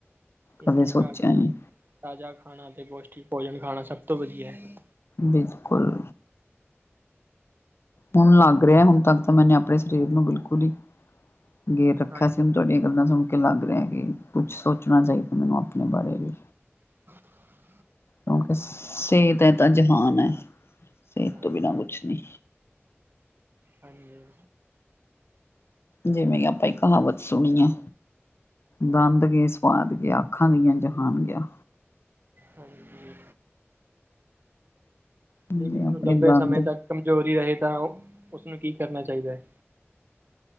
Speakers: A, on the left; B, on the right.
A: ਕਦੇ
B: ਇਸ ਲਈ
A: ਸੋਚਿਆ
B: ਘਰ ਦਾ
A: ਨੀ
B: ਤਾਜ਼ਾ ਖਾਣਾ ਤੇ ਪੌਸ਼ਟਿਕ ਭੋਜਨ ਖਾਣਾ ਸਭ ਤੋਂ ਵਧੀਆ ਹੈ।
A: ਬਿਲਕੁਲ। ਹੁਣ ਲੱਗ ਰਿਹਾ ਹੁਣ ਤੱਕ ਤਾਂ ਮੈਨੇ ਆਪਣੇ ਸਰੀਰ ਨੂੰ ਬਿਲਕੁਲ ਹੀ, ਗੇਰ ਰੱਖਿਆ
B: ਹਾਂਜੀ
A: ਸੀ। ਤੁਹਾਡੀਆਂ ਗੱਲਾਂ ਸੁਣ ਕੇ ਲੱਗ ਰਿਹਾ ਕਿ ਕੁਛ ਸੋਚਣਾ ਚਾਹੀਦਾ। ਮੈਨੂੰ ਆਪਣੇ ਬਾਰੇ ਵੀ।
B: ਹੂੰ।
A: ਕਿਉਂਕਿ ਸਿਹਤ ਹੈ ਤਾਂ ਜਹਾਨ ਹੈ। ਸਿਹਤ
B: ਹਾਂਜੀ
A: ਤੋਂ ਬਿਨਾਂ ਕੁਛ ਨਹੀਂ।
B: ਹਾਂਜੀ, ਹਾਂਜੀ।
A: ਜਿਵੇਂ ਕਿ ਆਪਾਂ ਇਹ ਕਹਾਵਤ ਸੁਣੀ ਆ ਦੰਦ ਗਏ ਸੁਵਾਦ ਗਿਆ, ਅੱਖਾਂ ਗਈਆਂ ਜਹਾਨ ਗਿਆ।
B: ਹਾਂਜੀ।
A: ਤੇ
B: ਜੇ ਕਿਸੇ
A: ਆਪਣੇ
B: ਨੂੰ ਲੰਬੇ
A: ਦੰਦ
B: ਸਮੇਂ ਤੱਕ ਕਮਜ਼ੋਰੀ ਰਹੇ ਤਾਂ, ਉਸਨੂੰ ਕੀ ਕਰਨਾ ਚਾਹੀਦਾ ਹੈ?